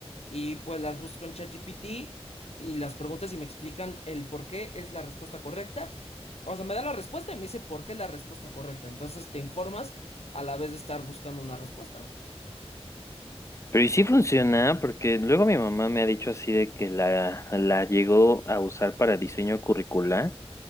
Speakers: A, on the left (about 70°); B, on the left (about 25°).
A: Y pues las busco en ChatGPT y las preguntas y me explican el por qué es la respuesta correcta. O sea, me da la respuesta y me dice por qué es la respuesta correcta. Entonces te informas a la vez de estar buscando una respuesta.
B: Pero y sí funciona, porque luego mi mamá me ha dicho así de que la, la llegó a usar para diseño curricular.